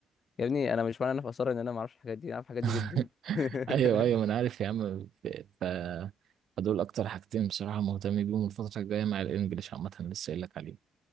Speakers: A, on the left; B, on the right.
A: يا ابني انا مش معنى انا في اثار ان انا ما اعرفش الحاجات دي انا اعرف الحاجات
B: <laughs>
A: دي جدا <laughs>
B: ايوه ايوه ما انا عارف يا عم ف فدول اكتر حاجتين بصراحة مهتم بيهم الفترة الجاية مع الانجليش عامة لسه قايل لك عليهم